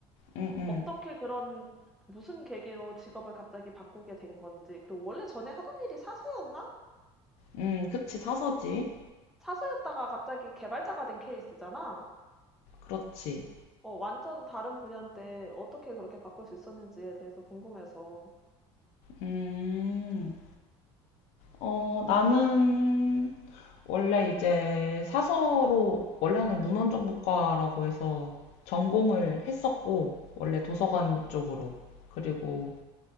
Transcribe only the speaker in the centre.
어떻게 그런, 무슨 계기로 직업을 갑자기 바꾸게 된 건지, 그리고 원래 전에 하던 일이 사서였나?
사서였다가 갑자기 개발자가 된 케이스잖아?
어, 완전 다른 분야인데 어떻게 그렇게 바꿀 수 있었는지에 대해서 궁금해서.